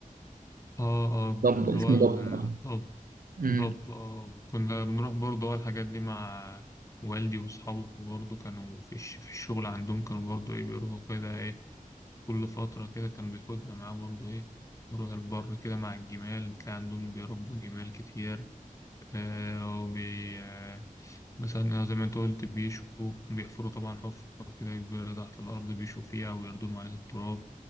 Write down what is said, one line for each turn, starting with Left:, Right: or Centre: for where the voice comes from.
Left: اه اه
Right: ضب
Left: اللي
Right: اسمه
Left: هو الضبط
Right: ضب اه أمم.
Left: ضب اه كنا بنروح برضه اه الحاجات دي مع والدي وأصحابه برضه كانوا في الش... في الشغل عندهم كانوا برضه إيه بيروحوا كده إيه كل فترة كده كان بياخدنا معاه برضه إيه نروح البر كده مع الجمال تلاقي عندهم بيربوا جمال كتير آه وبي آه مثلا زي ما أنت قلت بيشوا وبيحفروا طبعا حفرة كده كبيرة تحت الأرض بيشوا فيها ويردموا عليها التراب